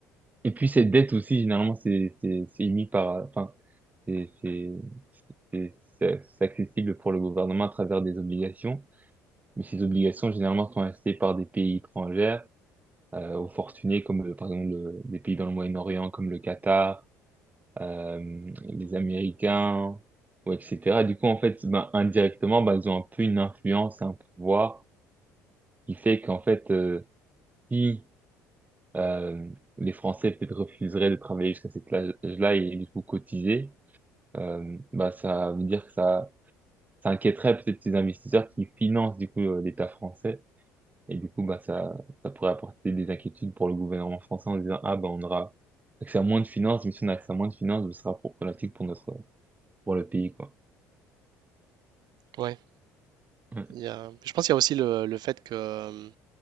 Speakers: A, on the right; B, on the right.
A: et puis cette dette aussi, généralement, c'est c'est c'est émis par enfin c'est c'est c'est c'est- c'est accessible pour le gouvernement à travers des obligations. Mais ces obligations, généralement, sont achetées par des pays étrangers euh, aux fortunés comme euh, par exemple le- des pays dans le Moyen-Orient comme le Qatar, euh, les Américains, ou etc. Du coup, en fait, ben, indirectement, ben, ils ont un peu une influence, un pouvoir qui fait qu'en fait, euh, si euh, les Français peut-être refuseraient de travailler jusqu'à cet âge-là et du coup cotiser, euh, ben, ça veut dire que ça, ça inquiéterait peut-être ces investisseurs qui financent du coup euh, l'État français Et du coup, bah, ça, ça pourrait apporter des inquiétudes pour le gouvernement français en disant, ah, bah, on aura accès à moins de finances, mais si on a accès à moins de finances, ce sera problématique pour notre, pour le pays, quoi.
B: Ouais.
A: Ouais,
B: Il y a- je pense qu'il y a aussi le, le fait que euh,